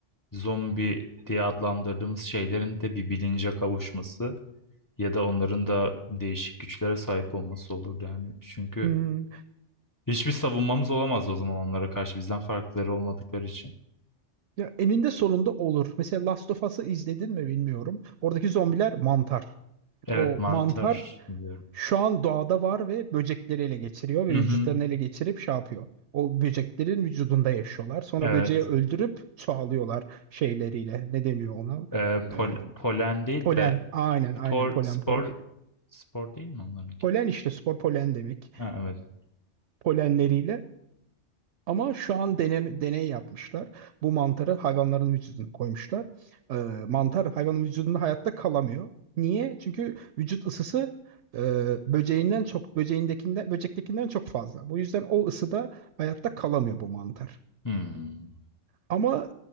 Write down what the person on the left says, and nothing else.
zombi diye adlandırdığımız şeylerin de bir bilince kavuşması ya da onların da değişik güçlere sahip olması olurdu yani. Çünkü
hiçbir savunmamız olamaz o zaman onlara karşı bizden farkları olmadıkları için.
Evet
mantar
diyorum.
Hı
hı,
evet.
Ee, pol-
polen değil
de
spor
spor
spor değil mi onlarınki?
Ha, evet.
Hmm.